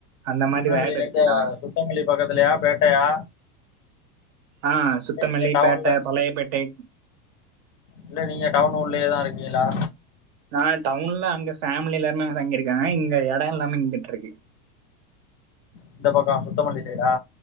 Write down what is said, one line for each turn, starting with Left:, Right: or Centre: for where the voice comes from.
Right: அந்த மாரி
Left: திருநெல்வேலியில
Right: வேடு இருக்குல்லா
Left: எங்க சுத்தமல்லி பக்கத்துலயா பேட்டையா
Right: ஆ சுத்தமல்லி
Left: இல்ல நீங்க டவுன்ல
Right: பேட்ட பழையப்பேட்டை
Left: இல்ல நீங்க டவுன் உள்ளயே தா இருக்கீங்ளா
Right: நா டவுன்ல அங்க ஃபேமிலி எல்லாருமே அங்க தங்கிருக்காங்க இங்க எடோ எல்லாமே இங்கிட்ருக்கு
Left: இந்த பக்கோ சுத்தமல்லி சைடா